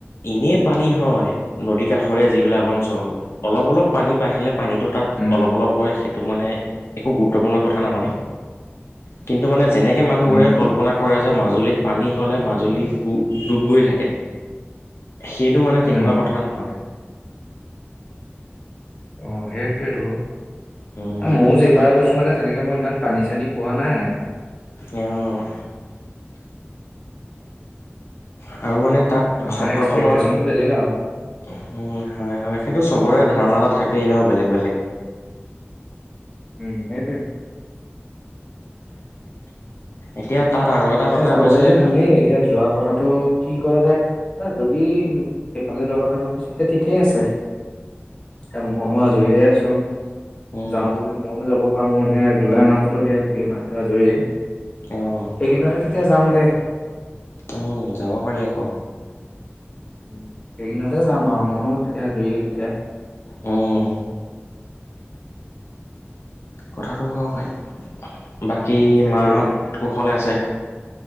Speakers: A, on the left; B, on the left.
A: এনে পানী হয়, নদী কাষৰীয়া যিবিলাক অঞ্চল, অলপ, অলপ পানী বাঢ়িলে পানীটোত তাত,
B: উম
A: অলপ অলপ হয় সে ত' মানে একো গুৰুত্বপূৰ্ণ কথা নহয়, কিন্তু মানে যেনেকে মানুহবোৰে
B: উম
A: কল্পনা কৰে যে, মাজুলীত পানী হ'লে, মাজুলী ডুব গৈ থাকে, সেইটো মানে তেনেকুৱা
B: উম
A: কথা নহয়।
B: অ', সেইটোৱেটো,
A: উম,
B: মইয়ো যেই বাৰ গৈছো মানে তেনেকে, মই ইমান, পানী-চানী পোৱা নাই।
A: অ'। আৰু মানে তাত
B: মানুহৰ
A: সত্ৰখনৰ
B: এক্সপেক্টেশচনটো বেলেগ আৰু।
A: উম, হয়, হয়, সেইটো চবৰে ধাৰণা এটা থাকেই ন, বেলেগ বেলেগ।
B: উম, সেইটোৱে।
A: এতিয়া, তাত আৰু এটা
B: এতিয়া
A: কথা
B: যাব
A: কৈছিলে
B: পাৰিলে
A: কি?
B: ভালেই এতিয়া যোৱা কথাটো কি কৰা যায়, এ যদি সেইফালে যোৱা কথাটো ভাবিছো, এতিয়া ঠিকেই আছে এয়া মইয়ো আজৰিয়ে আছো।
A: অঁ
B: যাওঁ বুলি মইয়ো যাব পাৰো মানে, জুলাই মাহটোতো সেয়াই, গোটেই মাহটো আজৰিয়ে।
A: অ'।
B: এইকেইদিনতে তেতিয়া যাম দে।
A: অ', যাব পাৰি আকৌ।
B: এইকেইদিনতে যাম আৰু, মইয়ো তেতিয়া অজৰিয়ে তেতিয়া।
A: উম কথাটো হয় বাই। বাকী
B: সেইটোৱে
A: মা সত
B: সেইটোৱে
A: কুশলে আছে?